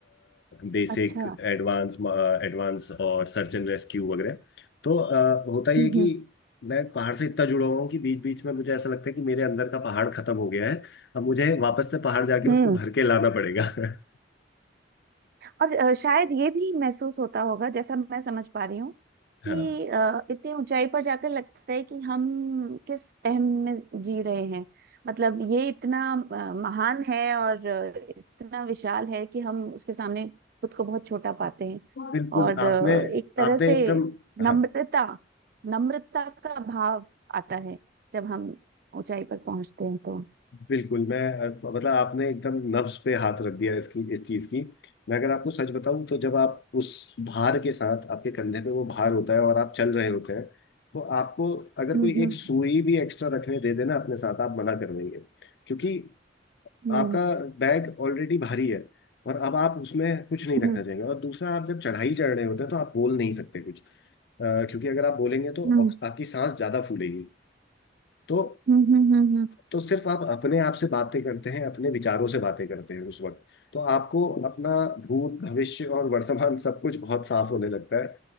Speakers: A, on the left; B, on the right.
A: बेसिक
B: अच्छा
A: एडवांस एडवांस और सर्च एंड रेस्क्यू वगैरह तो अ, होता ये
B: हम्म
A: है कि मैं पहाड़ से इतना जुड़ा हुआ हूँ कि बीच बीच में मुझे ऐसा लगता है कि मेरे अंदर का पहाड़ खत्म हो गया है अब मुझे वापस से पहाड़ जाके
B: हम्म
A: उसको भर के लाना पड़ेगा <laughs>
B: और अ, शायद ये भी महसूस होता होगा जैसा मैं समझ पा रही हूँ
A: हाँ
B: कि अ, इतनी ऊंचाई पर जाकर लगता है कि हम किस अहम में जी रहे हैं मतलब ये इतना अ, महान है और अ, इतना विशाल है कि हम उसके सामने खुद को बहुत छोटा पाते हैं
A: बिल्कुल
B: और
A: आपने
B: अ, एक तरह
A: आपने
B: से
A: एकदम
B: नम्रता
A: हाँ
B: नम्रता का भाव आता है जब हम ऊंचाई पर पहुंचते हैं तो
A: बिल्कुल मैं अ, मतलब आपने एकदम नब्ज पे हाथ रख दिया इसकी इस चीज की मैं अगर आपको सच बताऊं तो जब आप उस भार के साथ आपके कंधे पे वो भार होता है और आप चल रहे होते हैं तो आपको अगर
B: हम्म
A: कोई एक सुई भी एक्स्ट्रा रखने दे देना अपने साथ आप मना कर देंगे क्योंकि
B: हम्म
A: आपका बैग ऑलरेडी भारी है और अब आप उसमें कुछ नहीं रखना
B: हम्म
A: चाहेंगे और दूसरा आप जब चढ़ाई चढ़ रहे होते हैं तो आप बोल नहीं सकते कुछ अ, क्योंकि अगर आप बोलेंगे तो
B: हम्म
A: ऑक्स- आपकी सांस ज्यादा फूलेगी तो
B: हम्म हम्म हम्म हम्म हम्म,
A: तो सिर्फ आप अपने आप से बातें करते हैं अपने विचारों से बातें करते हैं उस वक्त तो आपको अपना भूत भविष्य और वर्तमान सब कुछ बहुत साफ होने लगता है